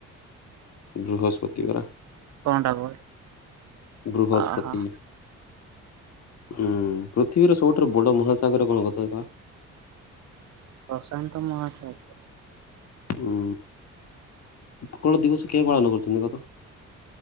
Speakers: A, on the left; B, on the right.
A: ବୃହସ୍ପତିି ପରା
B: କଣଟା କୁହେ
A: ବୃହସ୍ପତି।
B: ଅହୋ
A: ହୁଁ ପୃଥିବୀର ସବୁଠାରୁ ବଡ ମହାସାଗର କଣ କଥଇବା?
B: ପ୍ରଶାନ୍ତ ମହାସାଗର।
A: ଉଁ ଉତ୍କଳ ଦିବସ କେବେ ପାଳନ କରିଛନ୍ତି କତ?